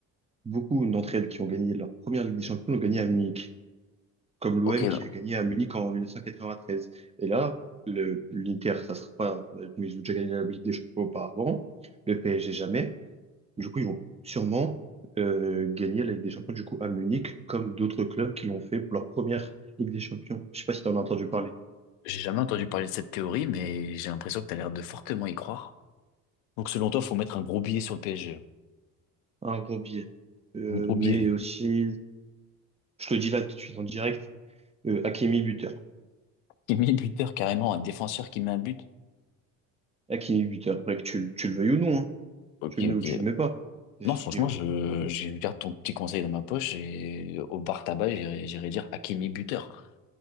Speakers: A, on the right; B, on the left.
A: beaucoup d'entre elles qui ont gagné leur première Ligue des Champions l'ont gagné à Munich, comme l'OM
B: Ok,
A: qui
B: non.
A: a gagné à Munich en 1993. Et là, le, l'Inter, ça sera pas, mais ils ont déjà gagné la Ligue des Champions auparavant, le PSG jamais. Du coup, ils vont sûrement euh, gagner la Ligue des Champions du coup à Munich, comme d'autres clubs qui l'ont fait pour leur première Ligue des Champions. Je sais pas si tu en as entendu parler.
B: J'ai jamais entendu parler de cette théorie, mais j'ai l'impression que tu as l'air de fortement y croire. Donc, selon toi, faut mettre un gros billet sur le PSG.
A: Un gros billet. Euh,
B: Un gros
A: mais
B: billet.
A: aussi, je te le dis là tout de suite en direct, euh, Hakimi buteur.
B: Qui met buteur carrément, un défenseur qui met un but.
A: Hakimi buteur. Après que tu, le- tu le veuilles ou non, hein.
B: Ok,
A: Tu le
B: ok.
A: mets ou tu le mets pas. Et
B: Non,
A: C'est
B: franchement,
A: tout qui vaut.
B: je, je garde ton petit conseil dans ma poche et au bar tabac, j'irai j'irai dire Hakimi buteur.